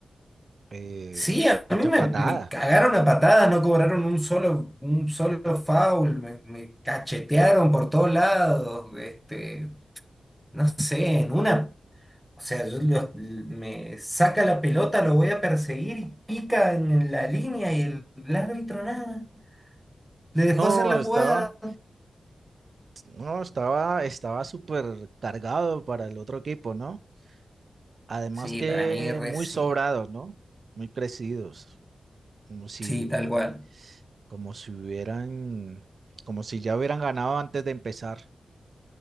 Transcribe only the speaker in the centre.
Sí, a
mí me,
me cagaron a patadas, no cobraron un solo, un solo foul, me, me cachetearon por todos lados, este, no sé, en una, o sea, yo lo- me saca la pelota, lo voy a perseguir y pica en la línea y el, el árbitro nada, le dejó
hacer la
jugada.
Sí,
para mí re
sí,
sí, tal cual.